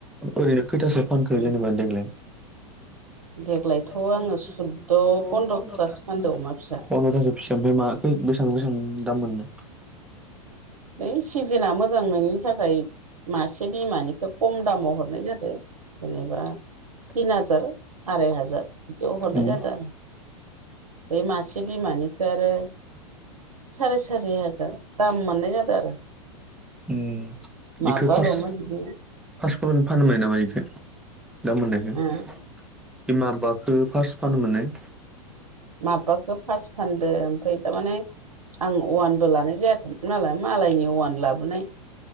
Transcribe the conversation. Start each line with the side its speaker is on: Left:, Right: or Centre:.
Centre: ओरैनो खैथासो फानखो
Right: उम
Centre: जेनेबा देग्लाय?
Right: देग्लायथ'
Centre: देग्लाय थ' आङो
Right: सुद्द'
Centre: सैद्र
Right: पन्द्र'थासो
Centre: पनद्रतासो फानदों
Right: अमा फिसा
Centre: खोमा । फिसा ओमफ्राय माखै बेसां बेसेबां दाम मोननो?
Right: है सिजोनना मोजां निनि थाखाय मासे बिमानिखौ खम दामाव हरनाय जादों
Centre: <inaudible>
Right: जेनेबा तिन हाजार आराय हाजार बिदियाव हरनाय
Centre: उम
Right: जादों आरो बे मासे बिमानिखौ आरो साराय सारि हाजार दाम मोननाय जादों। आरो
Centre: ओम
Right: माबाल'मोन
Centre: बेखौ फार्स्ट
Right: बिदिनो
Centre: फासर्फोर फानबाय नामा बेखौ? दा मोननायखौ
Right: ओ
Centre: बिमा बाबाखौ फार्स्ट फानो मोननाय
Right: माबाखौ फास फानदों ओमफ्राय थारमाने आं अवानबो लानाय जायाखैमोन नालाय मालायनि अवान लाबोनाय